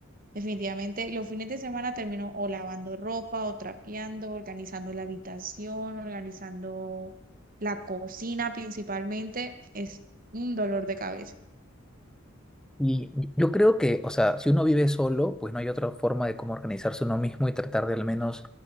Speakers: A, on the right; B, in the centre.
A: Definitivamente, los fines de semana termino o lavando ropa, o trapeando, organizando la habitación, organizando la cocina principalmente. Es un dolor de cabeza.
B: Y yo creo que, o sea, si uno vive solo, pues no hay otra forma de cómo organizarse uno mismo y tratar de al menos